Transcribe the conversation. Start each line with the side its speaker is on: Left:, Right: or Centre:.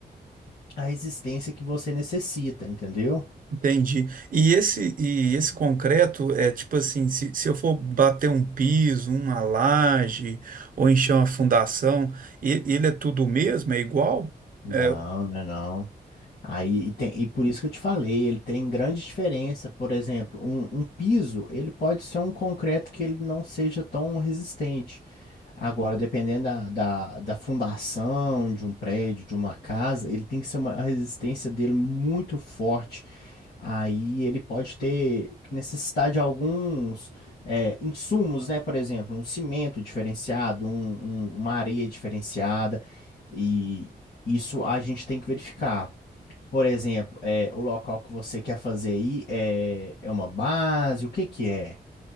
Left: a resistência que você necessita, entendeu?
Right: Entendi. E esse, e esse concreto é tipo assim, se, se eu for bater um piso, uma laje, ou encher uma fundação, e- ele é tudo mesmo? É igual?
Left: Não,
Right: É,
Left: não é não. Aí e tem, e por isso que eu te falei, ele tem grande diferença. Por exemplo, um, um piso, ele pode ser um concreto que ele não seja tão resistente. Agora, dependendo da, da, da fundação de um prédio, de uma casa, ele tem que ser uma a resistência dele muito forte. Aí ele pode ter necessidade de alguns é, insumos, né? Por exemplo, um cimento diferenciado, um- um- uma areia diferenciada. E isso a gente tem que verificar. Por exemplo, é, o local que você quer fazer aí é, é uma base? O que que é?